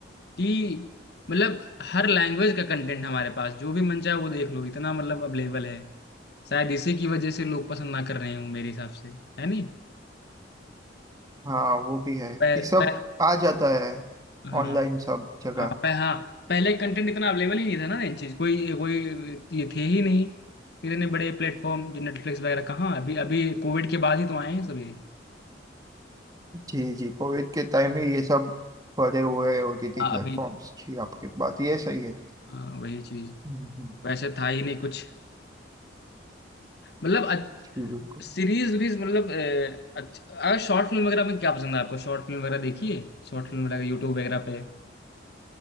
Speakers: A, on the left; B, on the right.
A: कि मतलब हर लैंग्वेज का कंटेंट हमारे पास जो भी मन चाहे वो देख लो इतना मतलब अवेलेबल है शायद इसी की वजह से लोग पसंद ना कर रहे हों मेरे हिसाब से है नहीं
B: हाँ वो भी है ये
A: पह,
B: सब
A: पह,
B: आ जाता है
A: हाँ
B: ऑनलाइन सब जगह
A: हाँ पह, हाँ पहले कंटेंट इतना अवेलेबल ही नहीं था ना इन चीज़ कोई कोई ये थे ही नहीं इतने बड़े प्लेटफॉर्म जो नेटफ्लिक्स वगैरह कहाँ अभी अभी कोविड के बाद ही तो आए हैं सभी
B: जी जी कोविड के टाइम में ये सब बड़े हुए होती थी
A: हाँ
B: प्लेटफॉर्म्स
A: अभी
B: जी आपकी बात ये सही है
A: हाँ वही चीज
B: हम्म, हम्म,
A: वैसे था ही नहीं कुछ मतलब अच-
B: जी बिल्कुल
A: सीरीज वीरीज मतलब अ, अच्छ- अगर शॉर्ट फिल्म वगैरह में क्या पसंद है आपको शॉर्ट फिल्म वगैरह देखी है शॉर्ट फिल्म वगैरह यूट्यूब वगैरह पे